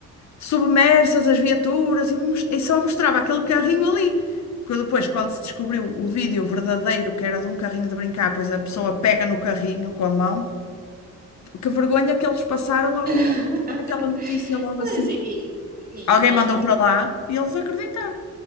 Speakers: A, on the left; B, on the right.
A: submersas as viaturas e, mos- e só mostrava aquele carrinho ali. Que depois, quando se descobriu o vídeo verdadeiro, que era de um carrinho de brincar, pois a pessoa pega no carrinho com a mão. Que vergonha que eles passaram
B: <laughs>
A: ao, aquela notícia logo
B: Pois,
A: assim.
B: e, e
A: Alguém
B: nós
A: mandou
B: nunca,
A: para lá e eles acreditaram.